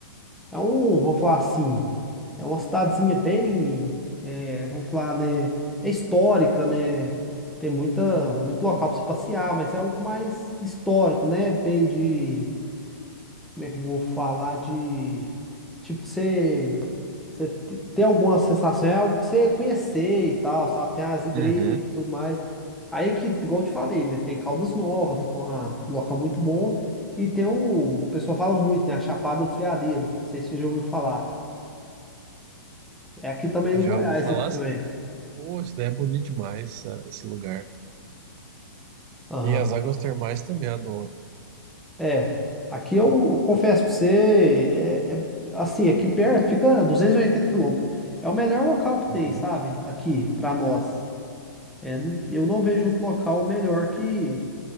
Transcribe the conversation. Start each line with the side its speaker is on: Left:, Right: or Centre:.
Centre: é um, vamos falar assim, é uma cidadezinha bem, é, vamos falar, né, é histórica, né? Tem muita, muito local para você passear, mas é algo mais histórico, né? Bem de, como é que eu vou falar de tipo de você você te- ter alguma sensação, é algo que você conhecer e tal, sabe? Tem as igrejas
Right: Uhum.
Centre: e tudo mais. Aí que, igual eu te falei, né? Tem Caldas Novas, né? Que é uma- um local muito bom. E tem o, o pessoal fala muito, né? A Chapada dos Veadeiros. Não sei se você já ouviu falar. É aqui também
Right: Já
Centre: no Goiás,
Right: ouvi falar
Centre: aqui também.
Right: assim. Pô, isso daí é bonito demais, essa- esse lugar.
Centre: Aham.
Right: E as águas termais também adoro.
Centre: É. Aqui eu
Right: O...
Centre: confesso
Right: a-
Centre: pra você, é, é assim, aqui perto fica 280 quilômetros. É o melhor local que tem,
Right: Uhum.
Centre: sabe? Aqui, pra nós. É, não- eu não vejo outro local melhor que,